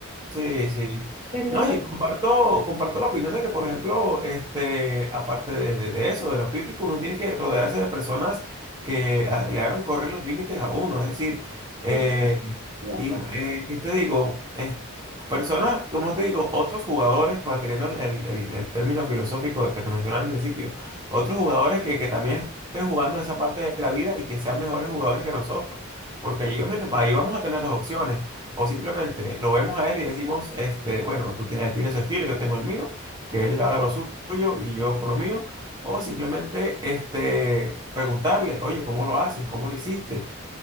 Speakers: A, on the right; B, on the right.
A: Sí, sí.
B: Entendemos.
A: No, y comparto, comparto la opinión de que, por ejemplo, este, aparte de, de- de eso, de los críticos, uno tiene que rodearse de personas que ah, le hagan correr los límites a uno. Es decir, eh,
B: Estoy de
A: y
B: acuerdo.
A: eh, ¿qué te digo? Es- personas, como te digo, otros jugadores, manteniendo el, el- el término filosófico que te mencioné al principio, otros jugadores que, que también estén jugando esa parte de la vida y que sean mejores jugadores que nosotros. Porque allí, ven- ahí vamos a tener dos opciones. O simplemente lo vemos a él y decimos, este, bueno, tú tienes, él tiene su estilo, yo tengo el mío, que él haga lo suyo y yo por lo mío. O simplemente este, preguntarle, oye, ¿cómo lo haces? ¿Cómo lo hiciste?